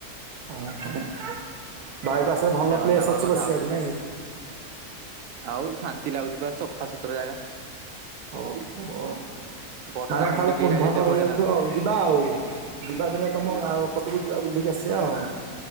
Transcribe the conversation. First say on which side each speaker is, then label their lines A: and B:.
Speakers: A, on the right; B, on the right.
A: ହଁ ହଁ ବାଇପାସ୍ ରେ ଭଲ
B: ସେମାନେ
A: ପ୍ଲେସ୍
B: ତାଙ୍କର
A: ଅଛି
B: କଥା
A: ବସିବାକୁ
B: ହଉଛନ୍ତି।
A: ନାଇଁକି।
B: ଆଉ ଶାନ୍ତି ଲାଗୁଚି ପା ସଫା ସୁୁତୁରା ଜାଗା।
A: ଓ ହୋ।
B: ବର୍ଷା
A: ମାନେ
B: ଫୁଣି
A: ଖାଲି
B: ଟିକେ
A: କୁଣ୍ଢକର
B: ହେଇଯାଇଛି ବଢିଆ
A: ହେଇଯାଉଥିବ
B: ଲାଗୁଛି।
A: ଆଉ ଯିବା ଆଉ ଯିବା ଦିନେ ତମ
B: ଯିବା
A: ଗାଓ ପଟ୍ ସବୁ ଯିବା ବୁଲିକି ଆସିବା ଆଉ।